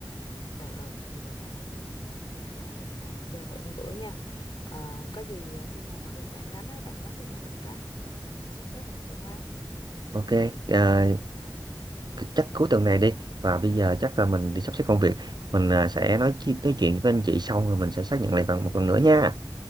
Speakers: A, on the left (about 75°); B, on the right (about 60°).
A: ờ ờ vậy bữa nào để mình à, đi qua bên bạn chơi thử một bữa nha Ờ, có gì à, khi nào mà bên bạn đánh á bạn nhắn tin cho mình cái rồi mình sắp xếp mình chạy qua
B: ok ờ,
A: Ờ,
B: chắc cuối tuần này đi và bây giờ chắc là mình đi sắp xếp công việc mình à, sẽ nói chi- nói chuyện với anh chị xong rồi mình sẽ xác nhận lại bằng một lần nữa nha